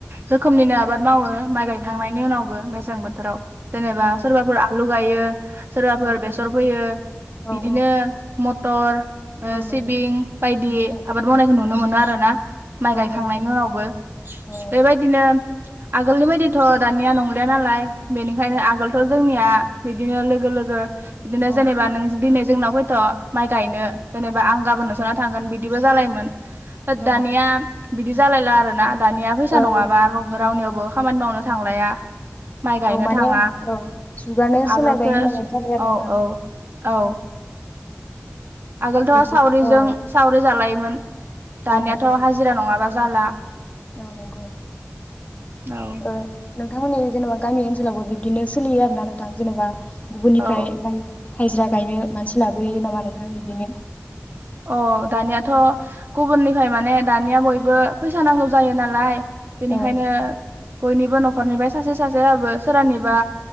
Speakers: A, on the right (about 50°); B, on the left (about 30°).
A: रोखोमनिनो आबाद मावो। माइ गायखांनायनि उनावबो मेसें बो थोराव। जेनेबा
B: औ
A: सोरबाफोर आलु गायो। सोरबाफोर
B: औ
A: बेसर फैयो,
B: औ
A: बिदिनो
B: औ
A: म टर ओ
B: औ
A: सिबिं
B: नंगौ
A: बायदि
B: औ
A: आबाद मावनायखौ नु नो मोनो आरोना। माइ गायखांनायनि
B: औ नंगौ
A: उनावबो।
B: औ
A: बेबादिनो आल आगोलनि बायदिथ' दानिया नंलिया नालाय। बेनिखायनो
B: औ
A: आगोलथ' जोंनिया बिदिनो लोगो लोगो बिदिनो
B: औ
A: जेनेबा नों दिनै जोंनाव फैथ' माइ गायनो जेनेबा आं गाबोन
B: औ
A: नोसानाव थांगोन बि बिदिबो जालायोमोन। दानिया
B: औ
A: बिदि जालायला आरोना। दानिया फैसा
B: औ
A: नङाबा रावबो रावनियावबो खामानि मावनो थांलाया माइ गायनो
B: औ माने
A: थाङा
B: औ जुगानो सोलायबाय
A: आगोलसो
B: होननाय बायदि जाबाय आरो
A: औ
B: नोंथां
A: औ औ आगोलथ'
B: बिदि
A: सावरिजों
B: औ
A: सावरि जालायो मोन। दानियाथ'
B: औ नंगौ
A: हाजिरा नङाबा जाला।
B: औ नंगौ।
A: औ
B: ओ नोंथांमोननि जेनेबा गामि ओनसोलावबो बिब्दिनो सोलियो आरो ना नोंथां? जेनेबा गुबुननिफ्राय
A: औ
B: माने हाजिरा गायनो मानसि लाबोयो नामा नोंथां बिदिनो?
A: अ दानियाथ' गुबुननिफ्राय माने दानिया बयबो फैसा नांगौ जायो नालाय बेनिखायनो
B: औ
A: बयनिबो न'खरनिफ्राय सासे सासेबाबो सोरानिबा